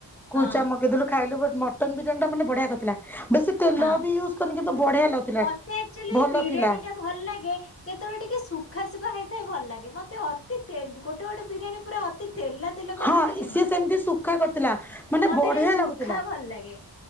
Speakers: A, in the centre; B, on the left.
A: ସ୍କୁଲଛୁଆ
B: ହଁ
A: ମଗେଇଦେଲୁ ଖାଇଲୁ, ବଟ୍ ମଟନ ବିରିୟାନି ଟା ମାନେ ବଢିଆ କରିଥିଲା। ବେଶି ତେଲବି
B: ହଁ।
A: ୟୁଜ କରିନି କିନ୍ତୁ ବଢିଆ ଲାଗୁଥିଲା
B: ମତେ ଆକ୍ଚୁଆଲି
A: ଭଲଥିଲା।
B: ବିରିୟାନୀ ଟା ଭଲ ଲାଗେ କେତେବେଳେ ଟିକେ ସୁଖା ସୁୁଖା ହେଇଥାଏ ଭଲ ଲାଗେ ମତେ ଅତି ତେ ଗୋଟେ ଗୋଟେ ବିରିୟାନୀ ପୁରା ଅତି ତେଲା ତେଲ କରନ୍ତିନି
A: ହଁ ସିଏ
B: କି
A: ସେମିତି ସୁଖା କରିଥିଲା ମାନେ
B: ମତେ
A: ବଢିଆ
B: ଟିକେ ସୁଖା
A: ଲାଗୁଥିଲା।
B: ଭଲ ଲାଗେ